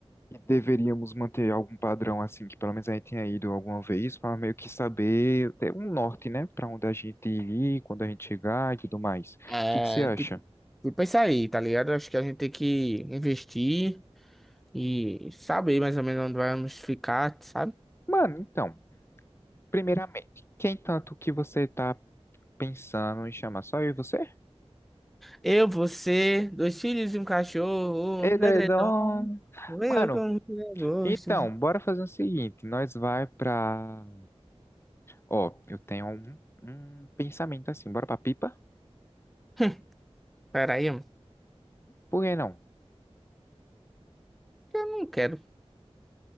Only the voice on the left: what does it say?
deveríamos manter algum padrão assim, que pelo menos a gente tenha ido alguma vez, pra meio que saber, ter um norte, né? Pra onde a gente ir, quando a gente chegar e tudo mais.
O que que você acha?
Mano, então, primeiramente, quem tanto que você tá pensando em chamar só eu e você?
Edredom!
Mano,
então, bora fazer o seguinte. Nós vai pra... Ó, eu tenho um, um pensamento assim. Bora pra pipa?
Por que não?